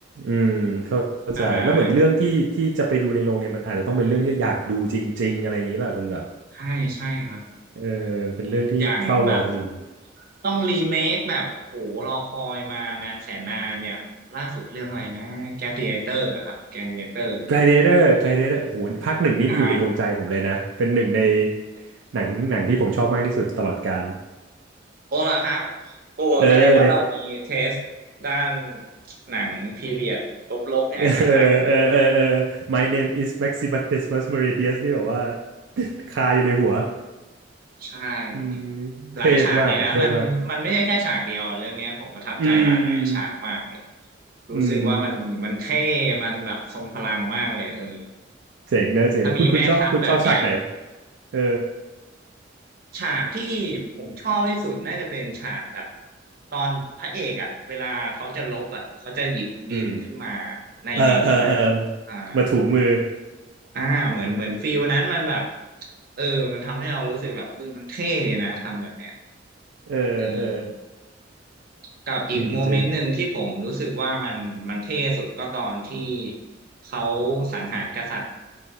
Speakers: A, on the right (about 80°); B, on the right (about 55°).
A: อืมเข้าเข้าใจแล้วเหมือนเรื่องที่ที่จะไปดูในโรงเนี่ยมันอาจจะต้องเป็นเรื่องที่อยากดูจริงๆอะไรอย่างนี้ป่ะเป็นแบบ
B: อ่าใช่ใช่ครับ
A: เออเป็นเรื่องที่เฝ้ารอจริง
B: อย่างแบบต้องรีเมคแบบโหรอคอยมานานแสนนานอย่างล่าสุดเรื่องอะไรนะแก a d i a t เตอร์ครับ g l a d เ a เตอร์เนี่ย
A: ๆ Gladiator Gladiator โอ้โหภาคหนึ่งนี่อยู่ในดวงใจผมเลยนะเป็นหนึ่งใน
B: ใช่
A: หนังหนังที่ผมชอบมากที่สุดตลอดกาล
B: โอ้ล่ะครับโอ้แสดงว่าเรามีเทส
A: เออใน
B: ด้านหนังพีเรียดลบๆเนี่ยคล้ายๆกันเลย
A: เออเออเออเออ My name is Maximus Decimus Meridius นี่แบบว่า <laughs> คาอยู่ในหัว
B: ใช่
A: อืมเท่มากอะเท่มาก
B: หลายฉากเลยนะมันมันไม่ใช่แค่ฉากเดียวเรื่องเนี้ยผมประทับใจหลายๆฉากมาก
A: อืมอืม
B: รู้สึกว่ามันมันเท่มันแบบทรงพลังมากเลยเออ
A: อืมเจ๋งนะเจ๋งนะคุณคุณชอบคุณชอบฉากไหน
B: ถ้ามีแม่ทัพแบบเนี้ย
A: เออ
B: ฉากที่ผมชอบที่สุดน่าจะเป็นฉากแบบตอนพระเอกอ่ะเวลาเขาจะลบอ่ะเขาจะหยิบดินขึ้นมา
A: อืม
B: ในในสนามอ่า
A: เออเออเออมาถูมือ
B: อ่าเหมือนเหมือนฟิลนั้นมันแบบเออมันทำให้เรารู้สึกแบบเออมันเท่ดีนะทำแบบเนี้ย
A: เออเออ
B: เออกับอีกโมเมนต์หนึ่งที่ผมรู้สึกว่ามันมันเท่สุดก็ตอนที่
A: จริงจริง
B: เขาสังหารกษัตริย์